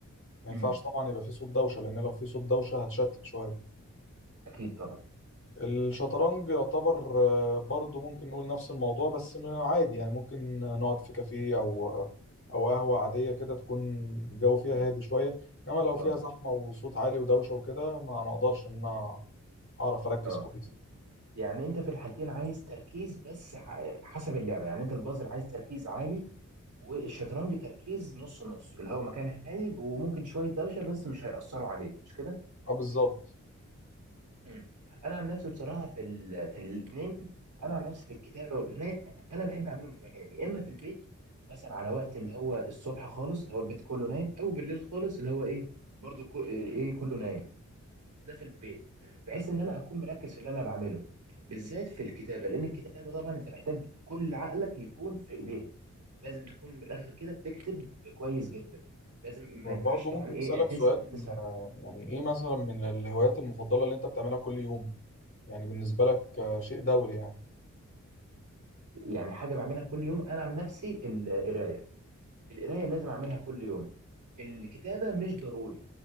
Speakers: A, on the left (about 45°); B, on the right (about 75°).
A: ما
B: مم.
A: ينفعش طبعا يبقى في صوت دوشه لان لو في صوت دوشه هتشتت شويه
B: اكيد طبعا
A: الشطرنج يعتبر آه، برضه ممكن نقول نفس الموضوع بس م- عادي يعني ممكن نقعد في كافيه او آه، او قهوه عاديه كده تكون الجو فيها
B: مم.
A: هادي شويه انما لو فيها
B: اه
A: زحمه وصوت عالي ودوشه وكده ما ما اقدرش ان انا اعرف اركز
B: اه
A: كويس
B: يعني انت في الحالتين عايز تركيز بس ع- حسب اللعبة يعني انت البازل عايز تركيز عالي والشطرنج تركيز نص نص اللي هو مكان هادي وممكن شويه دوشه بس مش هيأثروا عليك مش كده
A: اه بالظبط
B: مم. انا عن نفسي بصراحه في ال... في الاثنين انا عن نفسي في الكتابه والقرايه انا بحب اعملهم في مكانين يا اما في البيت مثلا على وقت اللي هو الصبح خالص اللي هو البيت كله نايم او بالليل خالص اللي هو ايه برضو كو... ايه إيه، كله نايم ده في البيت بحيث ان انا اكون مركز في اللي انا بعمله بالذات في الكتابه لان الكتابه طبعا انت محتاج كل عقلك يكون في ايديك لازم تكون من الاخر كده بتكتب كويس جدا لازم ما
A: وبرضه
B: ينفعش طبعا
A: ممكن
B: ايه
A: أسألك
B: تس-
A: سؤال
B: تسرح بك
A: آه، يعني إيه مثلا من الهوايات المفضلة اللي أنت بتعملها كل يوم يعني بالنسبة لك آه، شيء دوري يعني
B: يعني حاجه بعملها كل يوم انا عن نفسي القرايه القرايه لازم اعملها كل يوم الكتابه مش ضروري